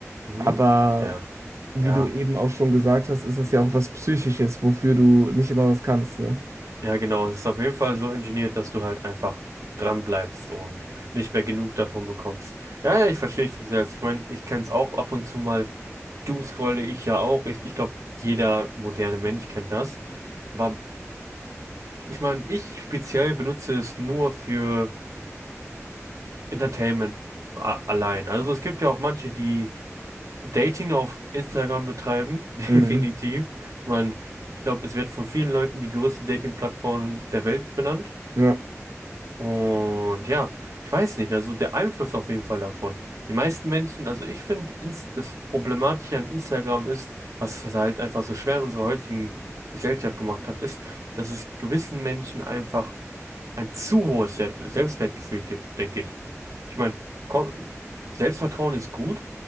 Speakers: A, on the right; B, on the right.
A: Mhm.
B: Aber
A: Ja,
B: wie
A: ja.
B: du eben auch schon gesagt hast, ist es ja auch was Psychisches, wofür du nicht immer was kannst, ne?
A: Ja, genau. Es ist auf jeden Fall so ingeniert, dass du halt einfach dran bleibst und nicht mehr genug davon bekommst. Ja, ja, ich verstehe dich selbst. Ich meine, ich kenne es auch ab und zu mal. Doomscrolle ich ja auch. Ich, ich glaube, jeder moderne Mensch kennt das. Aber ich meine, ich speziell benutze es nur für Entertainment a- allein. Also es gibt ja auch manche, die Dating auf Instagram betreiben, <laughs> definitiv.
B: Mhm.
A: Ich meine, ich glaube, es wird von vielen Leuten die größte Dating-Plattform der Welt benannt.
B: Ja,
A: Und ja, ich weiß nicht, also der Einfluss auf jeden Fall davon. Die meisten Menschen, also ich finde, Ins- das Problematische an Instagram ist, was es halt einfach so schwer in unserer heutigen Gesellschaft gemacht hat, ist, dass es gewissen Menschen einfach ein zu hohes Se- Selbstwertgefühl gibt, denke ich. Ich meine, komm, Selbstvertrauen ist gut,